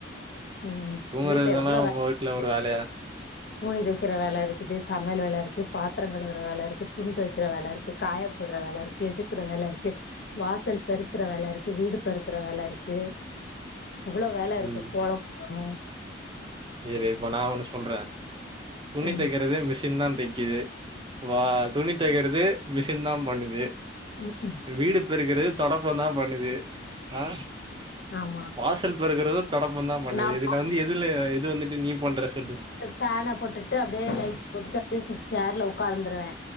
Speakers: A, on the left; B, on the right.
A: ம்
B: தூங்குறதெல்லா
A: வீட்ல எவ்ளோ
B: உங்க
A: வே
B: வீட்ல ஒரு வேலையா
A: <inaudible> துணி தக்கிற வேல இருக்குது சமையல் வேல இருக்கு பாத்ர கழுவுற வேல இருக்கு துணி தொவைக்கிற வேல இருக் கு காயப்போட்ற வேல இருக்கு எடுக்ற வேல இருக்கு வாசல் பெருக்குற வேல இருக்கு வீடு பெருக்குற வேல இருக்கு இவ்ளோ வேல இருக்கு
B: ம்
A: கோலம் ஆ
B: இரு இப்ப நா ஒன்னு சொல்ற துணி
A: ம்
B: தைக்கிறது மிஷின் தா தைக்கிது வா துணி தைக்கறது மிஷின் தா பண்ணுது
A: ம் ம்
B: வீடு பெருக்குறது தொடப்பந்தா பண்ணுது ஆ
A: ஆமா
B: வாசல் பெறுக்கறதோ தொடப்பந்தா பண்ணுது
A: நா
B: இதுல வந்து எதுல எது வந்துட்டு நீ பண்ற சொல்லு
A: பேன போட்டுட்டு அப்படியே லைட் போட்டுட்டு அப்படியே சேர்ல உக்காந்துருவே